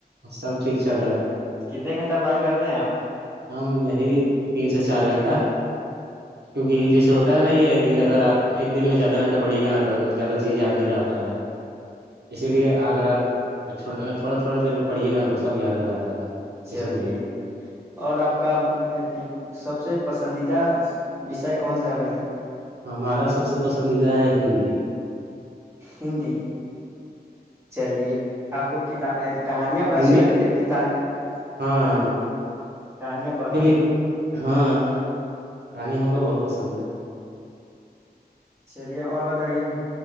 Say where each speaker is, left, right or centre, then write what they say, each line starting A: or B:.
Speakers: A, on the right; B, on the right.
A: سب ٹھیک چل رہا ہے
B: <unintelligible> کتنے گھنٹہ پڑھائی کرتے ہیں آپ <unintelligible>
A: ہم یہی تین سے چار گھنٹہ کیونکہ
B: اچھا
A: جیسے ہوتا ہے نا یہ کہ اگر آپ ایک دن میں زیادہ گھنٹہ پڑھیے گا نا تو زیادہ چیز یاد نہیں رہتا ہے <unintelligible> اسی لیے اگر آپ و تھوڑا تھوڑ دیر پڑھیے گا سب یاد ہو جاتا ہے
B: چلیے
A: اسی لیے
B: <unintelligible> اور آپ کا سب سے پسندیدہ وشے کون سا ہے بھائی جان <unintelligible>
A: ہمارا سب سے پسندیدہ ہے ہندی
B: ہندی چلیے آپ کو کتا کہانیاں اچھی
A: ہندی
B: لگتی ہے کتانی
A: ہاں
B: کہانی کہانیاں
A: اسی
B: پڑھنا
A: لیے ہاں کہانی ہم کو بہت پسند ہے
B: چلیے اور بتائیے ہم